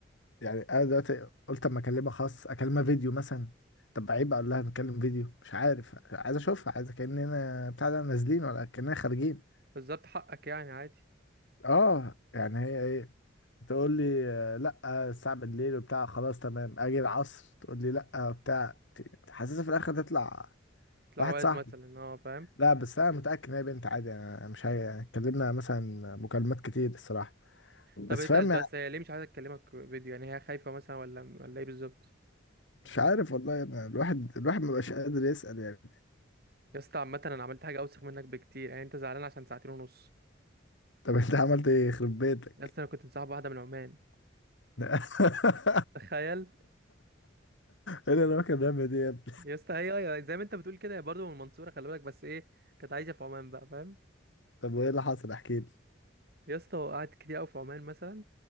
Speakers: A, on the left (about 75°); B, on the right (about 55°).
A: يعني انا دلوقتي قلت اما اكلمها خاص اكلمها فيديو مثلا طب عيب اقول لها نتكلم فيديو مش عارف عايز اشوفها عايز كاننا بتاع ده نازلين ولا كاننا خارجين
B: بالظبط حقك يعني عادي
A: اه يعني هي ايه تقول لي آه، لا آه، الساعه بالليل وبتاع خلاص تمام اجي العصر تقول لي لا آه، بتاع ت- حاسسها في الاخر تطلع
B: تطلع
A: واحد
B: واد
A: صاحبي
B: مثلا اه فاهم
A: لا بس انا متاكد ان هي بنت عادي يعني مش هي يعني اتكلمنا مثلا مكالمات كتير الصراحه بس
B: طب اتقل
A: فاهم
B: بس
A: يعني
B: هي ليه مش عايزه تكلمك فيديو يعني هي خايفه مثلا ولا ولا ايه بالظبط
A: مش عارف والله يعني الواحد الواحد مبقاش قادر يسال يعني
B: يا اسطى عامه انا عملت حاجه اوسخ منك بكتير يعني انت زعلان عشان ساعتين ونص
A: طب انت عملت ايه يخرب بيتك
B: يا اسطى انا كنت مصاحب واحده من عمان
A: <laughs> ايه
B: تخيل
A: اللي انا كان بيعمل دي يا ابني
B: يا اسطى هي هي زي ما انت بتقول كده هي برضه من المنصوره خلي بالك بس ايه كانت عايشه في عمان بقى فاهم
A: طب وايه اللي حصل احكي لي
B: يا اسطى قعدت كتير قوي في عمان مثلا